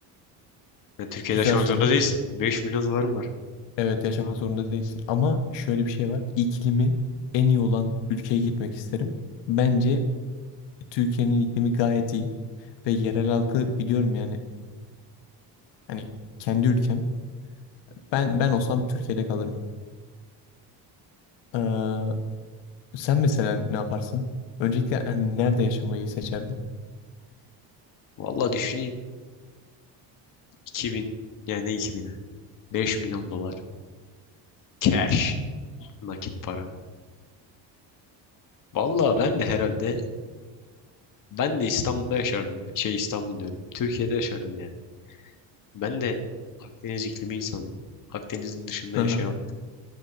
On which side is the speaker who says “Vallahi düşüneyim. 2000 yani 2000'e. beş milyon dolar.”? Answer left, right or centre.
Left